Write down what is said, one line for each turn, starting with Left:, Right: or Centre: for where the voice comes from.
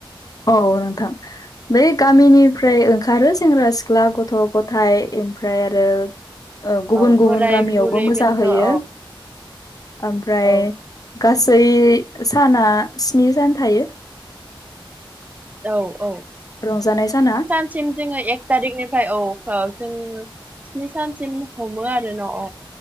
Left: औ नोंथां बै गामिनिफ्राय ओंखारो सेंग्रा सिख्ला गथ' गथाय ओमफ्राय आरो गुबुन
Right: औ
Left: गुबुन
Right: बोराय
Left: गामियावबो
Right: बुरै
Left: मोसाहैयो।
Right: बेन्थ' औ
Left: ओमफ्राय
Right: औ
Left: गासै साना स्नि सान थायो।
Right: औ औ
Left: रंजानाय साना
Right: बेथिं जोङो एक थारिखनिफ्राय औ जों स्नि सानसिम हमो आरो न' अ